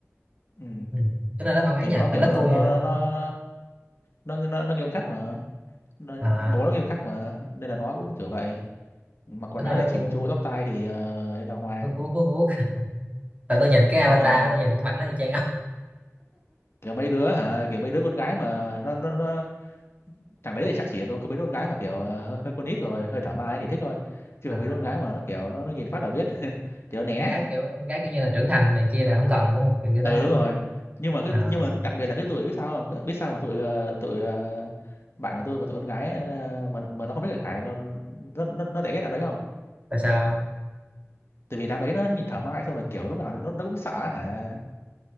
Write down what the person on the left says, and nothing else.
ừ
thì
nó kiểu
nó
nó
nó nó nó, nó, nó, nó nghiêm khắc mà nó,
bố nó nghiêm khắc mà nên là nó cũng kiểu vậy mặc quần
áo
thì chỉn
chu tóc tai thì ờ, ấy đàng hoàng
đúng rồi
kiểu mấy đứa hả kiểu mấy đứa con gái mà nó nó nó thằng đấy thì chắc chỉ có có mấy đứa con gái mà kiểu ờ, hơi, hơi con nít rồi hơi thảo mai thì thích thôi chứ
còn mấy đứa con gái mà nó kiểu nó, nó nhìn phát là biết <laughs> thì nó né
ừ
đúng rồi
nhưng mà cái
nhưng mà đặc biệt là cái tụi biết sao không biết sao mà tụi ờ, tụi ờ, bạn của tôi mà tụi con gái ờ, mà mà nó không biết là Khải nó nó nó, nó để ghét đám đấy không
tại vì đám đấy nó nhìn thảo mai xong rồi kiểu lúc nào nó nó cũng sợ hả